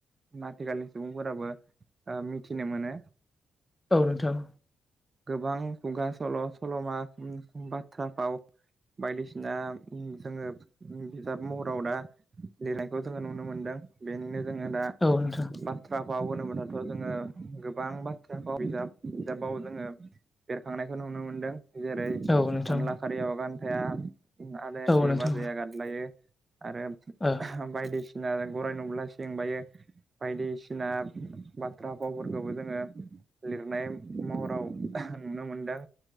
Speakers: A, on the right; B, on the left.
A: आथिखालनि सुबुंफोराबो ओ मिथिनो मोनो।
B: औ नोंथां।
A: गोबां खुगा सल' सल'मा बाथ्रा फाव बायदिसिना जोङो बिजाब महराव दा लिरनायखौ जोङो नुनो नुनो मोनदों बेनिनो जोङो दा
B: औ नोंथां
A: बाथ्रा फाव होनो मोनो जोङो गोबां बाथ्राखौ बिजाब बिजाबाव जोङो बेरखांनायखौ नुनो मोनदों जेरै
B: औ नोंथां
A: अनला खारियावगान थाया आलाखि
B: औ नोंथां
A: बास गादलायो। आरो
B: औ
A: बायदिसिना गराय नुब्ला सिं बायो। बायदिसिना बाथ्रा फावफोरखौबो जोङो लिरनाय महराव नुनो मोनदों